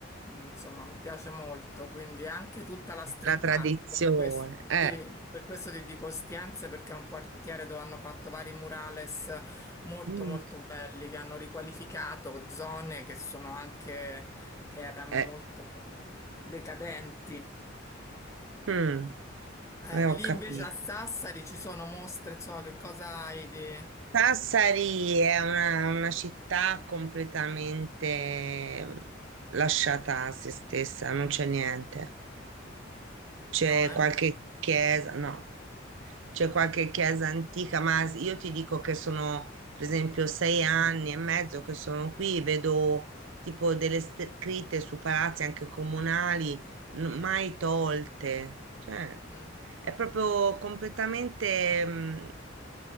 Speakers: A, on the left; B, on the right.
A: mm, insomma, mi piace molto, quindi anche tutta la street
B: La tradizione.
A: art, per questo,
B: Eh.
A: sì, per questo ti dico Ostiense, perché è un quartiere dove hanno fatto vari murales molto
B: Mm.
A: molto belli, che hanno riqualificato zone che sono anche, che erano
B: Eh.
A: molto decadenti.
B: Mm.
A: Eh,
B: Eh, ho
A: lì
B: capito.
A: invece a Sassari ci sono mostre, insomma, che cosa hai di...
B: Sassari è una, una città completamente mm, lasciata a se stessa, non c'è niente. C'è
A: No, eh?
B: qualche chiesa, no, c'è qualche chiesa antica, ma s- io ti dico che sono, per esempio, sei anni e mezzo che sono qui, vedo tipo delle st- scritte su palazzi anche comunali, n- mai tolte. Cioè,
A: Mm,
B: è proprio completamente... mm,